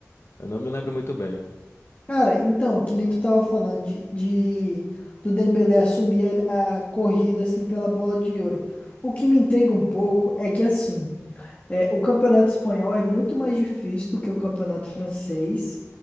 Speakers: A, on the left; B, on the left.
A: Eu não me lembro muito bem.
B: Cara, então, que nem tu tava falando de, de- do Dembélé assumir a, a corrida assim pela bola de ouro. O que me intriga um pouco é que assim. É, o campeonato espanhol é muito mais difícil do que o campeonato francês.